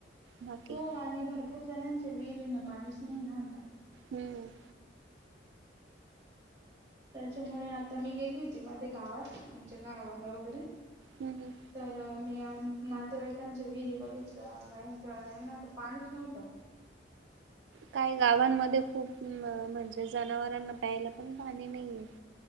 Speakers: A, on the right; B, on the right.
A: बाकी
B: हो आणि भरपूर जणांच्या विहिरींना पाणीच नाही ना आता.
A: हम
B: त्याच्यामुळे आता मी गेली होती मध्ये गावात, आमच्या गावाला वगैरे
A: हम हम
B: तर मी आन नातेवाईकांचे विहिरी बघितलं काहीच्या यांना तर पाणीच नव्हतं. <inaudible>
A: काय गावांमध्ये खूप म म्हणजे जनावरांना प्यायला पण पाणी नाहीये.